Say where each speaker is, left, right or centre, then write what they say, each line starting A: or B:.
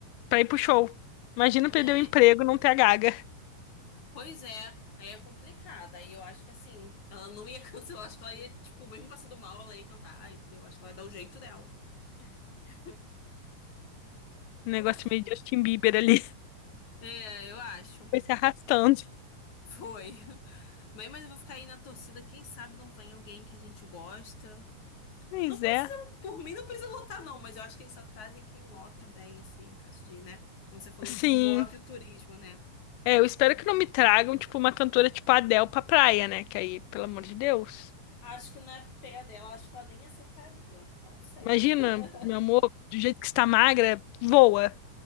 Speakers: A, on the left (about 85°); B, on the left (about 55°).
A: para ir pro show. Imagina
B: é,
A: perder o emprego e não ter a Gaga.
B: pois é, aí é complicado. Aí eu acho que, assim, ela não ia <laughs> cancelar. Acho que ela ia, tipo, mesmo passando mal, ela ia cantar, entendeu? Acho que ela ia dar o jeito dela. <laughs> Eu
A: Um negócio
B: acho,
A: meio Justin Bieber ali.
B: É, eu acho.
A: Foi se arrastando.
B: Foi. <laughs> Bem, mas eu vou ficar aí na torcida. Quem sabe não vem alguém que a gente gosta.
A: Pois
B: Não precisa,
A: é.
B: por mim, não precisa lotar, não. Mas eu acho que eles só trazem quem lota bem, assim, em caso de, né? Como você falou
A: Sim.
B: que move o turismo, né?
A: É, eu espero
B: É.
A: que não me tragam, tipo, uma cantora tipo a Adele pra praia, né? Que aí, pelo amor de Deus.
B: Acho que não é pé dela, acho que ela nem aceitaria. Não sei.
A: Imagina,
B: <laughs>
A: meu amor, do jeito que está magra, voa,